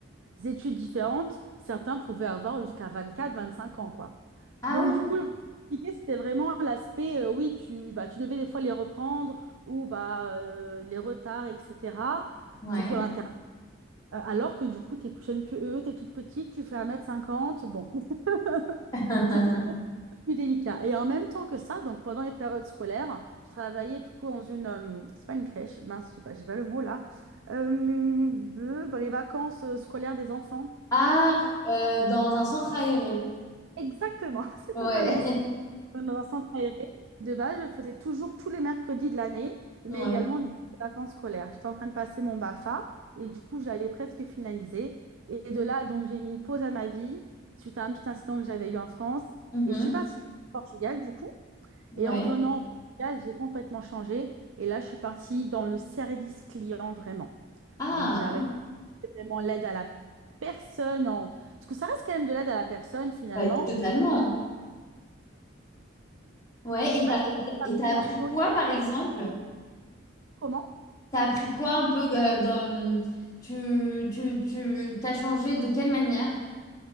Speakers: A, on the right (about 75°); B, on the left (about 15°).
A: études différentes, certains pouvaient avoir jusqu'à vingt-quatre, vingt-cinq ans, quoi.
B: Ah
A: Donc
B: oui,
A: du coup, le plus compliqué, c'était vraiment l'aspect, euh, oui, tu, bah, tu devais des fois les reprendre ou bah, euh, les retards, etc.
B: ouais.
A: Surtout à l'intérieur. Alors que du coup, tu es plus jeune que eux, tu es toute petite, tu fais un mètre cinquante. Bon, <laughs>
B: <laughs>
A: c'était plus délicat. Et en même temps que ça, donc pendant les périodes scolaires, je travaillais du coup dans une, euh, c'est pas une crèche, mince, j'ai pas, j'ai pas le mot là, euh, de- dans les vacances euh, scolaires des enfants.
B: Ah,
A: Euh,
B: euh, dans un centre aéré.
A: Exactement, <laughs> c'est
B: Ouais,
A: totalement
B: <laughs>
A: dans un centre aéré. De base, je faisais toujours tous les mercredis de l'année, mais
B: ouais.
A: également durant les vacances scolaires. J'étais en train de passer mon BAFA et du coup, j'avais presque finalisé. Et de là, donc, j'ai mis une pause à ma vie suite à un petit incident que j'avais eu en France.
B: Mhm,
A: Et je suis partie au Portugal, du coup.
B: Ouais.
A: Et en venant au Portugal, j'ai complètement changé. Et là, je suis partie dans le service client vraiment.
B: Ah,
A: Donc, j'ai arrêté
B: ok.
A: vraiment l'aide à la personne. En... Parce que ça reste quand même de l'aide à la personne, finalement.
B: Ouais, totalement. Ouais,
A: Je sais
B: et
A: pas
B: t'as,
A: si ça
B: et t'as- et t'as
A: travaillé
B: appris
A: un peu au
B: quoi,
A: téléphone.
B: par exemple?
A: Comment?
B: T'as appris quoi un peu euh, dans... Tu, tu, tu, t'as changé de quelle manière?